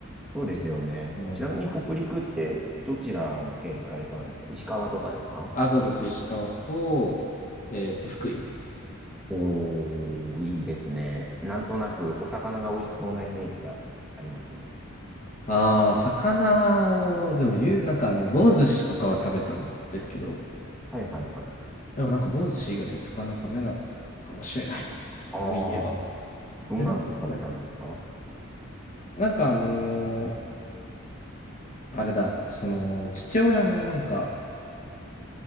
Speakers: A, in the centre; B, on the left (about 35°).
A: そうですよね。
B: 思います。
A: ちなみに北陸ってどちらの県行かれたんですか石川とかですか
B: あ、そうです。石川と、えっと、福井。
A: おー、いいですね。なんとなくお魚が美味しそうなイメージがありますね。
B: ああ、魚を、でも言う、なんかあの、棒寿司とかは食べたんですけど、
A: はいはいはい。
B: でもなんか棒寿司以外で魚食べなかったかもしれない。
A: あー、
B: そういえば。
A: どんなの食べたんですか
B: え、なんか食べたかな。なんかあのーあれだ、その、父親のなんか、